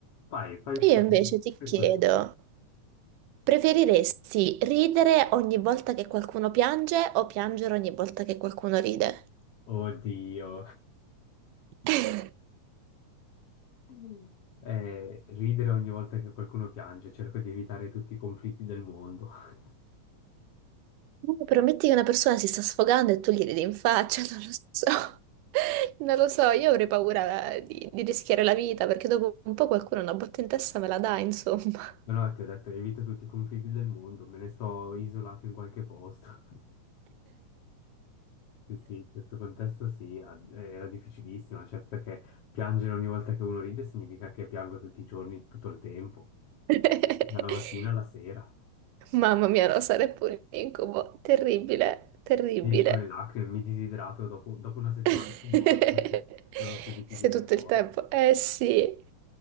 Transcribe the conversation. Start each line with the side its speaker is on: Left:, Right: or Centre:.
Left: Vai, fai
Right: E
Left: pure,
Right: io invece ti
Left: fai
Right: chiedo,
Left: pure tu.
Right: preferiresti ridere ogni volta che qualcuno piange o piangere ogni volta che qualcuno ride?
Left: Oddio.
Right: <laughs>
Left: Mm. Eh, ridere ogni volta che qualcuno piange, cerco di evitare tutti i conflitti del mondo. <laughs>
Right: No, Prometti che una persona si sta sfogando e tu gli ridi in faccia, <laughs> non lo so. Non lo so, io avrei paura eh, di, di rischiare la vita perché dopo un po' qualcuno una botta in testa me la dà, insomma.
Left: Ma no, ti ho detto, evito tutti i conflitti del mondo, me ne sto isolato in qualche posto. <laughs> Sì, sì, in questo contesto sì, a- era difficilissima, cioè perché piangere ogni volta che uno ride significa che piango tutti i giorni, tutto il tempo,
Right: <laughs>
Left: dalla mattina alla sera.
Right: Mamma mia, no, sarei pure un incubo. Terribile, terribile.
Left: Finisco le lacrime, mi disidrato, dopo, dopo una settimana
Right: <laughs>
Left: sono morto perché non ho più liquidi
Right: Sei
Left: nel
Right: tutto
Left: corpo.
Right: il tempo. Eh sì.